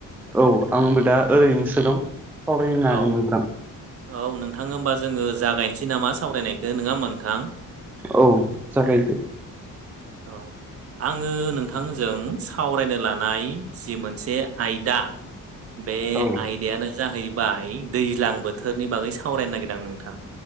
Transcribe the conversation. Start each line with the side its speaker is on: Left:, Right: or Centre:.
Centre: औ आंबो दा ओरैनोसो दं सावरायनो
Right: औ
Centre: हागोन नोंथां।
Right: औ नोंथां होमबा जोङो जागायनोसै नामा। सावरायनायखौ नङा होनबा नोंथां?
Centre: औ जागायदो।
Right: औ आङो नोंथांजों सावरायनो लानाय जि मोनसे आयदा बे
Centre: औ
Right: आयदायानो जाहैबाय दैज्लां बोथ थोरनि बागै सावरायनो नागिरदों आं नोंथां